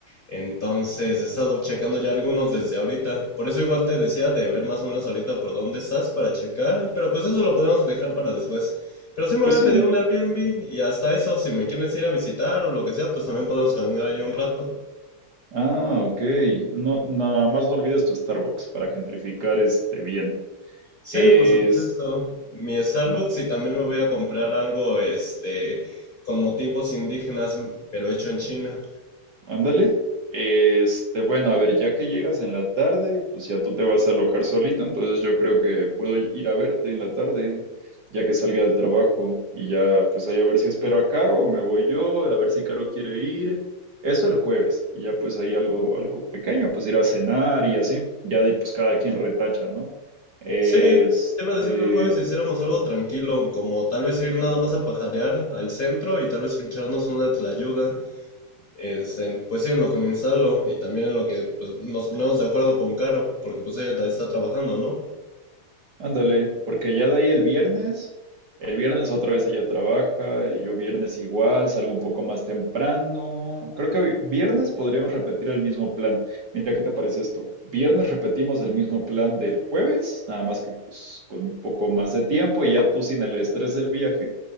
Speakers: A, on the left; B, on the right.
A: Entonces he estado checando ya algunos desde ahorita. Por eso igual te decía de ver más o menos ahorita por dónde estás para checar. Pero pues eso lo podemos dejar para después. Pero sí me
B: Pues
A: voy a
B: sí.
A: pedir un Airbnb y hasta eso, si me quieres ir a visitar o lo que sea, pues también podemos caminar ahí un rato.
B: Ah, ok. No, nada más no olvides tu Starbucks para gentrificar este bien.
A: Sí,
B: Es,
A: por supuesto. Mi Starbucks
B: ok.
A: y también me voy a comprar algo este con motivos indígenas, pero hecho en China.
B: Ándale. Este, bueno, a ver, ya que llegas en la tarde, pues ya tú te vas a alojar solito, entonces yo creo que puedo ir a verte en la tarde, ya que salga del trabajo, y ya, pues ahí a ver si espero a Caro o me voy yo, a ver si Caro quiere ir. Eso el jueves, y ya pues ahí algo, algo pequeño, pues ir a cenar y así, ya de ahí, pues cada quien retacha, ¿no? Este,
A: Sí, te iba a decir que el jueves hiciéramos algo tranquilo, como tal vez ir nada más a pajarear al centro y tal vez echarnos una tlayuda. Este, pues sí, en lo que me instalo y también en lo que pues, nos ponemos de acuerdo con Caro, porque pues ella ta- está trabajando, ¿no?
B: Ándale, porque ya de ahí el viernes, el viernes otra vez ella trabaja, eh, yo viernes igual, salgo un poco más temprano. Creo que vi- viernes podríamos repetir el mismo plan. Mira, ¿qué te parece esto? Viernes repetimos el mismo plan del jueves, nada más que pues, con un poco más de tiempo, y ya tú sin el estrés del viaje.